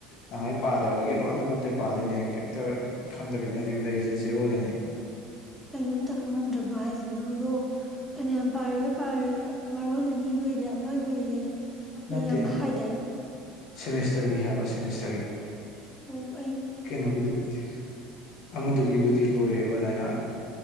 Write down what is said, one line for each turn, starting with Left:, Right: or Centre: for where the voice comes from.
Left: ꯅꯍꯥꯏ ꯄꯥꯗꯕꯒꯤ ꯂꯣꯏ ꯃꯀꯣꯛꯇ ꯄꯥꯗꯣꯏꯅꯦ ꯀꯩꯝꯇ ꯈꯪꯗꯕꯤꯅꯦ ꯍꯧꯖꯤꯛ ꯂꯩꯔꯤꯁꯦ ꯖꯦꯔꯣꯗꯅꯦ
Centre: ꯀꯩꯅꯣꯝꯇ ꯈꯪꯉꯝꯗ꯭ꯔꯕ ꯍꯥꯏꯁꯦ ꯅꯪꯕꯨ ꯐꯅꯌꯥꯝ ꯄꯥꯔꯦ ꯄꯥꯔꯦ ꯃꯔꯣꯟ ꯑꯅꯤ ꯂꯣꯏꯔꯦ ꯑꯃ ꯂꯣꯏꯔꯦ ꯁꯤ
Left: ꯅꯠꯇꯦ
Centre: ꯌꯥꯝ ꯍꯥꯏꯗꯥꯏ
Left: ꯁꯦꯃꯤꯁꯇꯔꯒꯤ ꯍꯥꯏꯕ ꯁꯦꯃꯤꯁꯇꯔꯒꯤ
Centre: ꯑꯣ
Left: ꯀꯩꯅꯣꯒꯤꯗꯨ ꯅꯠꯇꯦ ꯑꯃꯗꯨꯒꯤꯕꯨꯗꯤ
Centre: ꯎꯝ
Left: ꯂꯣꯏꯔꯦ ꯑꯗꯨꯅ